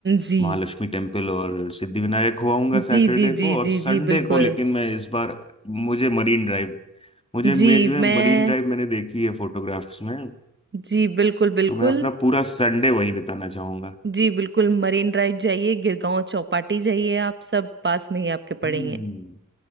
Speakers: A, on the right; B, on the left.
A: जी
B: महालक्ष्मी टेम्पल और सिद्धिविनायक होआऊंगा
A: जी
B: सैटरडे
A: जी
B: को
A: जी
B: और
A: जी
B: संडे
A: जी बिल्कुल
B: को लेकिन मैं इस बार मुझे मरीन ड्राइव मुझे
A: जी
B: मैं जो है
A: मैं
B: मरीन ड्राइव मैंने देखी है फोटोग्राफ्स में
A: जी बिल्कुल बिल्कुल
B: तो मैं अपना पूरा संडे वहीं बिताना चाहूंगा
A: जी बिल्कुल मरीन ड्राइव जाइए गिरगांव चौपाटी जाइए आप सब पास में ही आपके
B: हम्म
A: पड़ेंगे